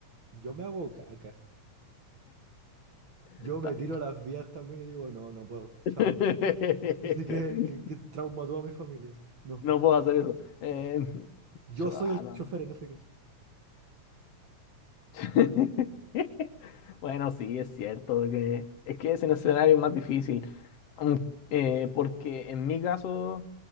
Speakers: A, on the right; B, on the left.
A: Yo me hago caca. Yo
B: está
A: me
B: bien.
A: tiro las vías también y digo, no, no puedo,
B: <laughs>
A: chao. Y sé que, que, que trauma a toda mi familia, así. No,
B: No puedo hacer eso. Eh,
A: no. Yo
B: chuada.
A: soy el chofer en ese caso.
B: <laughs> Bueno, sí, es cierto que es que ese escenario es más difícil. Mm, eh, porque en mi caso